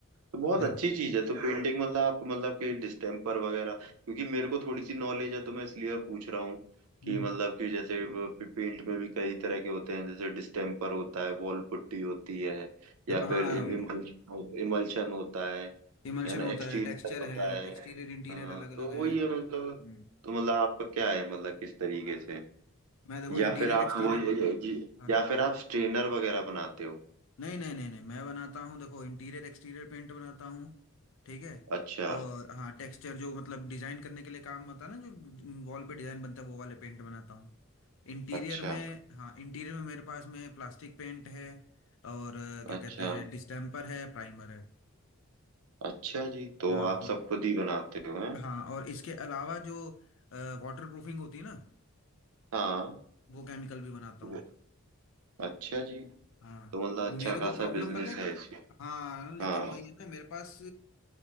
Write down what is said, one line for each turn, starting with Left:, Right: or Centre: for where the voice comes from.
Right: तो बहुत
Left: अच्छा
Right: अच्छी चीज है तो पेंटिंग मतलब आप मतलब कि डिस्टेम्पर वगैरह क्योंकि मेरे को थोड़ी सी नॉलेज है तो मैं इसलिए पूछ रहा हूँ कि
Left: हम्म।
Right: मतलब कि जैसे पेंट में भी कई तरह के होते हैं जैसे डिस्टेम्पर होता है वॉल पुट्टी होती है
Left: देखो,
Right: या
Left: हाँ
Right: फिर इमल्शन इमल्शन होता है
Left: इमल्शन
Right: है ना
Left: होता
Right: एक्सटीरियर
Left: है टेक्सचर
Right: होता
Left: है
Right: है
Left: एक्सटीरियर इंटीरियर
Right: हाँ
Left: अलग
Right: तो
Left: अलग
Right: वही
Left: है हम्म।
Right: है मतलब तो मतलब आपका क्या है मतलब किस तरीके से
Left: मैं देखो
Right: या
Left: इंटीरियर
Right: फिर आप
Left: एक्सटीरियर
Right: वो
Left: हाँ
Right: या फिर आप स्ट्रेनर वगैरह बनाते हो
Left: नहीं नहीं नहीं नहीं मैं बनाता हूँ देखो इंटीरियर एक्सटीरियर पेंट बनाता हूँ ठीक है
Right: अच्छा
Left: और हाँ टेक्सचर जो मतलब डिजाइन करने के लिए काम होता है ना जो वॉल पे डिजाइन बनता है वो वाले पेंट बनाता हूँ इंटीरियर
Right: अच्छा
Left: में हाँ इंटीरियर में मेरे पास में प्लास्टिक पेंट है और अ, क्या
Right: अच्छा
Left: कहते हैं डिस्टेम्पर है प्राइमर है
Right: अच्छा जी तो
Left: हाँ
Right: आप
Left: और,
Right: सब खुद ही बनाते हो हैं
Left: हाँ और इसके अलावा जो वाटर प्रूफिंग होती है ना
Right: हाँ
Left: वो केमिकल भी बनाता
Right: वो-
Left: हूँ
Right: अच्छा जी
Left: हाँ
Right: तो मतलब अच्छा
Left: मेरे
Right: खासा
Left: को प्रॉब्लम
Right: बिजनेस
Left: पता है कि-
Right: है इसका
Left: हाँ लेकिन
Right: हाँ
Left: वही है ना मेरे पास